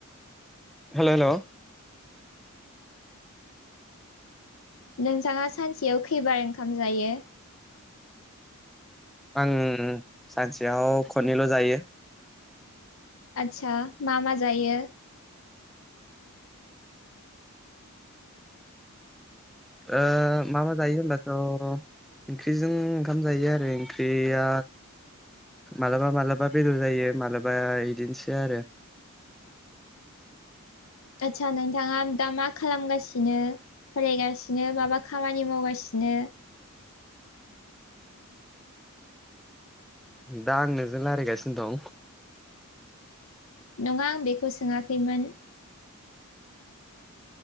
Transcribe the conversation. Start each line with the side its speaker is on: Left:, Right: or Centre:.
Centre: हेल' हेल'
Left: नोंथाङा सानसेयाव खैबार ओंखाम जायो?
Centre: आं सानसेयाव खननैल' जायो।
Left: आदसा मा मा जायो?
Centre: ओ मा मा जायो होनबाथ' ओंख्रिजों ओंखाम जायो आरो ओंख्रिया मालाबा मालाबा बेदर जायो मालाबा इदिनोसै आरो।
Left: आदसा नोंथाङा दा मा खालामगासिनो? फरायगासिनो माबा खामानि मावगासिनो?
Centre: दा आं नोजों रायलायगासिनो दं‌।
Left: नङा आं बेखौ सोङाखैमोन।